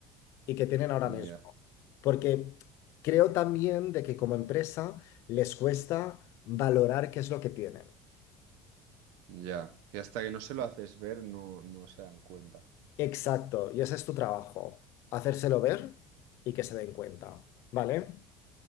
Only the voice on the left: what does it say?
y que tienen ahora
mismo. Porque creo también de que como empresa les cuesta valorar qué es lo que tienen.
Exacto, y ese es tu trabajo, hacérselo ver y que se den cuenta, ¿vale?